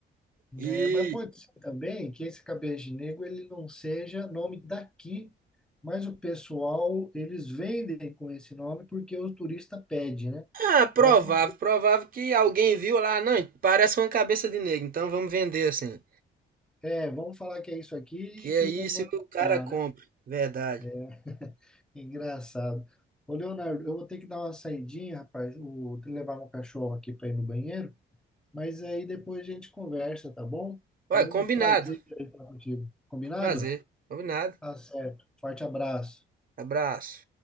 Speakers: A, in the centre; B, on the right.
A: né,
B: e.
A: mas pode ser também que esse cabeça de negro ele não seja nome daqui, mas o pessoal, eles vendem com esse nome porque o turista pede, né?
B: Ah, provável,
A: Pode ser.
B: provável que alguém viu lá, não, parece uma cabeça de negro, então vamos vender assim.
A: É, vamos falar que é isso aqui
B: Que é
A: que o
B: isso,
A: povo vai comprar,
B: o cara compra,
A: né?
B: verdade.
A: É, Engraçado. Ô, Leonardo, eu vou ter que dar uma saidinha, rapaz, o, levar meu cachorro aqui para ir no banheiro, mas aí depois a gente conversa, tá bom?
B: Ué,
A: Foi um
B: combinado,
A: prazer falar contigo. Combinado?
B: prazer, combinado,
A: Tá certo. Forte abraço.
B: abraço.